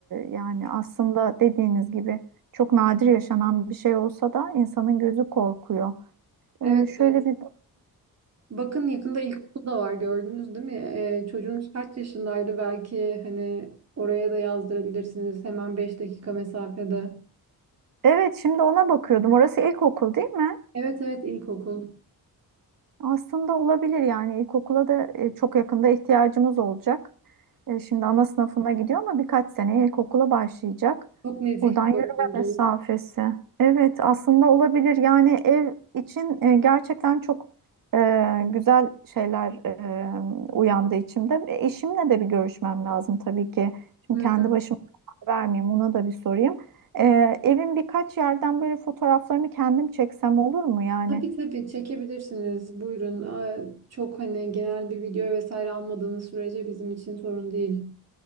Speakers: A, on the right; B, on the right.
A: yani aslında dediğiniz gibi çok nadir yaşanan bir şey olsa da insanın gözü korkuyor.
B: Evet
A: Ee, şöyle
B: evet
A: bir
B: Bakın yakında ilkokul da var gördünüz değil mi? Ee, çocuğunuz kaç yaşındaydı belki hani oraya da yazdırabilirsiniz hemen 5 dakika mesafede.
A: evet şimdi ona bakıyordum. Orası ilkokul değil mi?
B: Evet evet ilkokul.
A: Aslında olabilir yani ilkokula da e, çok yakında ihtiyacımız olacak. E, Şimdi ana sınıfına gidiyor ama birkaç seneye ilkokula başlayacak.
B: Çok nezih
A: Buradan yürüme
B: bir okuldur.
A: mesafesi. Evet aslında olabilir yani ev için e, gerçekten çok e, güzel şeyler e, uyandı içimde. E, Eşimle de bir görüşmem lazım tabii ki. Şimdi
B: Hı
A: kendi
B: hı.
A: başıma karar vermeyeyim ona da bir sorayım. E, evin birkaç yerden böyle fotoğraflarını kendim çeksem olur mu yani?
B: Tabii tabii çekebilirsiniz. Buyurun. Aa, Çok hani genel bir video vesaire almadığınız sürece bizim için sorun değil.